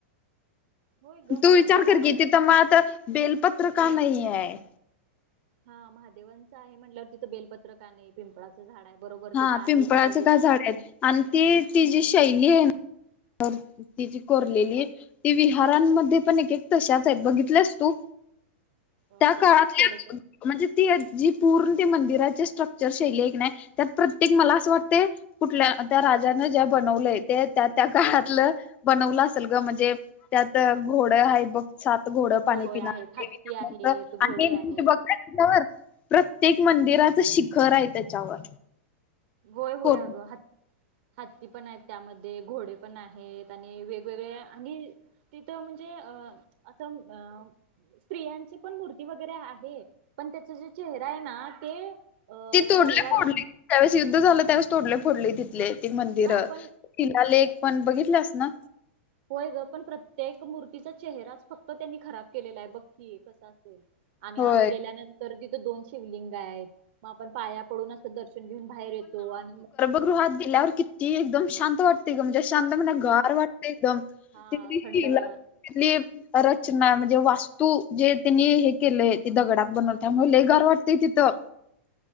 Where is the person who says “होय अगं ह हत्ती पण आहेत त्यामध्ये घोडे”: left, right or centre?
Right